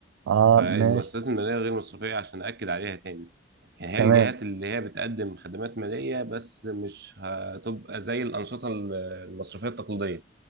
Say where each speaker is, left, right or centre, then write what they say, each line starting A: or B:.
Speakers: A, on the right (about 80°); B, on the right (about 50°).
A: آه
B: فالمؤسسات
A: ماشي
B: الماليه الغير مصرفيه عشان اكد عليها تاني يعني
A: تمام
B: هي الجهات اللي هي بتقدم خدمات ماليه بس مش هتبقى زي الانشطه المصرفيه التقليديه